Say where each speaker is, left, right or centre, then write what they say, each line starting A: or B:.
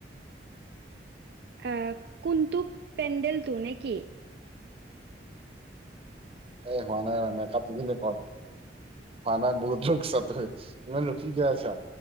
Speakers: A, on the right (about 60°); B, on the right (about 30°).
A: এ' কোনটো পেণ্ডেলটো নে কি?
B: এ হোৱা নাই ও মেকাপ টো বেলেগ ক'ৰ খানাৰ বহুত লোক <unintelligible> হৈ, ইমান ৰখি কিয় আছা?